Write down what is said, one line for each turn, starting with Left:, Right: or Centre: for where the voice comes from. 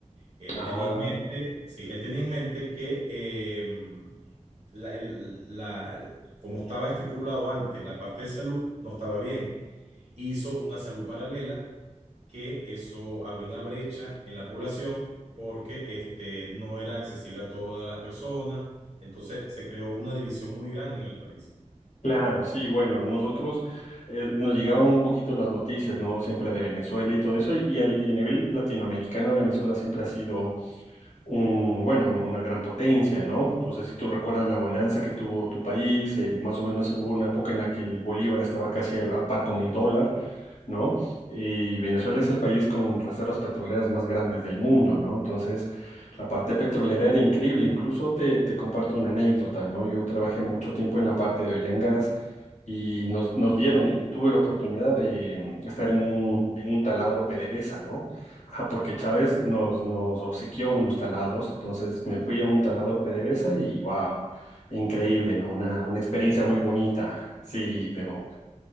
Right: Él
Left: Ah,
Right: tenía en mente, sí, él tenía en mente que em, la- el- la- como estaba estipulado antes, la parte de salud no estaba bien hizo una salud paralela que eso abrió una brecha en la población porque este, no era accesible a todas las personas. Entonces se creó una división muy grande en el país.
Left: claro, sí, bueno, nosotros eh, nos llegaban un poquito las noticias, ¿no? Siempre de Venezuela y todo eso, y, al- y a nivel latinoamericano, Venezuela siempre ha sido un- bueno, un- una gran potencia, ¿no? entonces si tú recuerdas la bonanza que tuvo tu país, el, más o menos hubo una época en la que el bolívar estaba casi al, al par con el dólar, ¿no? Y Venezuela es el país con reservas petroleras más grandes del mundo, ¿no? Entonces, la parte petrolera era increíble. Incluso te, te comparto una anécdota, ¿no? Yo trabajé mucho tiempo en la parte de oil and gas y nos, nos dieron, y tuve la oportunidad de estar en un, en un taladro PDVSA, ¿no? Ajá, porque Chávez nos, nos obsequió unos taladros, entonces me fui a un taladro PDVSA y wow, increíble, ¿no? Una, una experiencia muy bonita, sí, pero...